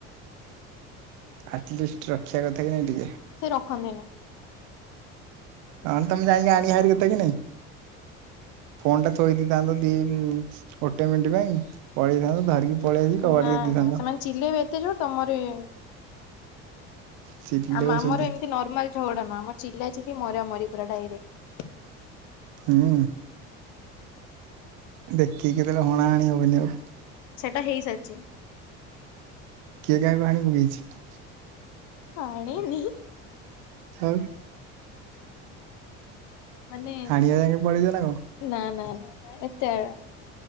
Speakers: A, on the right; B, on the left.
A: ଆଟଲିଷ୍ଟ ରଖିବା କଥା କି ନାଇଁ ଟିକେ?
B: ସେ ରଖନ୍ତିନି।
A: ନହନେ ତମେ ଯାଇକି ଆଣି ହାରି କଥା କି ନାଇଁ। ଫୋନ ଟା ଥୋଇ ଦେଇଥାନ୍ତ ଦି ଗୋଟେ ମିନିଟ ପାଇଁ ପଳେଇଥାନ୍ତ ଧରିକି। ପଳେଇ ଆସିକି କବାଟ
B: ନା
A: ଦେଇ ଦେଇଥାନ୍ତ
B: ନା ସେମାନେ ଚିଲେଇବେ ଏତେ ଜୋର୍ ତମର ଇଏ
A: ଚିଲଉଛନ୍ତି
B: ଆମ ଆମର ଏମିତି ନର୍ମାଲ ଝଗଡା ନୁଅଁ ଆମ ମୋର ଚିଲା ଚିଲି ମରାମରି ପୁରା ଡାଇରେକ୍ଟ।
A: ହୁଁ। ଦେଖିକିରି କେତେଲ ହଣାହଣି ହବନି ଆଉ।
B: ସେଟା ହେଇସାରିଚି।
A: କିଏ କାହାକୁ ହାଣି ପକେଇଛି?
B: ହାଣିନି।
A: ଆଉ
B: ମାନେ
A: ହାଣିବା ଯାକେ ପଳେଇଛ ନା କଣ
B: ନା ନା। ଏତେ